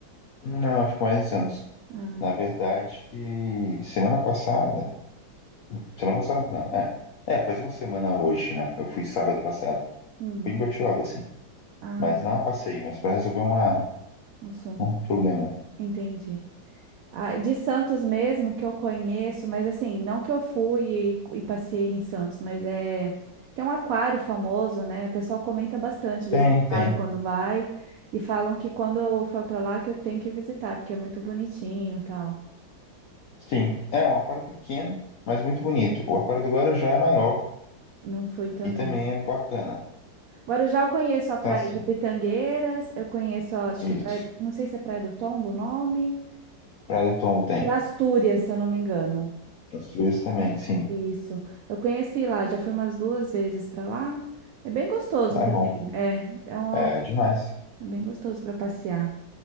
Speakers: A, on the left (about 75°); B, on the right (about 80°).
A: Não, ficou mais de Santos.
B: Ah, entendi.
A: Na verdade, semana passada. Semana passada não, é. É, faz uma semana hoje, né? Eu fui sábado passado.
B: Hum,
A: Fui em Bertioga, sim.
B: ah,
A: Mas
B: legal.
A: não a passeio, mas pra resolver uma,
B: Um Assunto.
A: um problema. aí.
B: Entendi. Ah, de Santos mesmo que eu conheço, mas assim, não que eu fui e, e passei em Santos, mas é tem um aquário famoso, né? O pessoal comenta bastante desse
A: Tem,
B: aquário
A: tem.
B: quando vai e falam que quando eu for para lá que eu tenho que visitar, porque é muito bonitinho, e tal.
A: Sim. É um aquário pequeno, mas muito bonito. O aquário do Guarujá é maior
B: Não fui também.
A: e também é bacana.
B: Agora eu já conheço a praia
A: Tá sim.
B: de Pitangueiras, eu conheço, acho que é praia,
A: Isso.
B: não sei se é Praia do Tombo o nome,
A: Praia do Tombo tem.
B: e Astúrias, se eu não me engano.
A: As figuras também, sim.
B: Isso. Eu conheci lá, já fui umas duas vezes para lá. É bem gostoso
A: Lá
B: também.
A: é bom.
B: É, é, uma-
A: É demais.
B: é bem gostoso para passear.